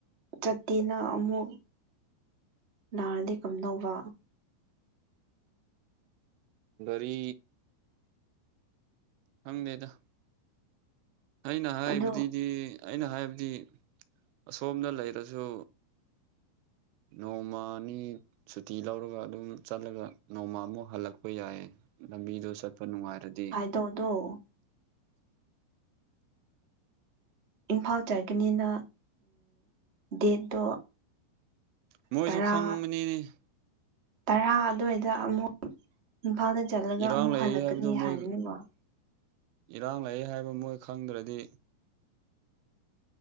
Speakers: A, on the right; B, on the right.
A: ꯆꯠꯇꯦꯅ ꯑꯃꯨꯛ ꯅꯥꯔꯗꯤꯦ ꯀꯝꯅꯧꯕ
B: ꯔꯤ ꯈꯪꯗꯦꯗ ꯑꯩꯅ ꯍꯥꯏꯕꯗꯨꯗꯤ
A: ꯑꯗꯨ
B: ꯑꯩꯅ ꯍꯥꯏꯕꯗꯤ ꯑꯁꯣꯝꯗ ꯂꯩꯔꯁꯨ ꯅꯃꯅꯤ ꯁꯨꯇꯤ ꯂꯧꯔꯒ ꯑꯗꯨꯝ ꯆꯠꯂꯒ ꯅꯣꯡꯃꯃꯨꯛ ꯍꯜꯂꯛꯄ ꯌꯥꯏꯌꯦ ꯂꯝꯕꯤꯗꯣ ꯆꯠꯄ ꯅꯨꯡꯉꯥꯏꯔꯗꯤ
A: ꯇꯧꯗꯣ ꯏꯝꯐꯥꯜ ꯆꯠꯀꯅꯤꯅ ꯗꯦꯠꯇꯣ
B: ꯃꯣꯏꯁꯨ
A: ꯇꯔꯥ
B: ꯈꯪꯕꯅꯤꯅꯦ
A: ꯇꯔꯥ ꯑꯗꯨꯋꯥꯏꯗ ꯑꯃꯨꯛ ꯏꯝꯐꯥꯜꯗ ꯆꯠꯂꯒ
B: ꯏꯔꯥꯡ
A: ꯑꯃꯨꯛ
B: ꯂꯩ
A: ꯍꯜꯂꯛꯀꯅꯤ
B: ꯍꯥꯏꯕꯗꯣ ꯃꯣꯏ
A: ꯍꯥꯏꯕꯅꯦꯕ
B: ꯏꯔꯥꯡ ꯂꯩꯌꯦ ꯍꯥꯏꯕ ꯃꯣꯏ ꯈꯪꯗ꯭ꯔꯗꯤ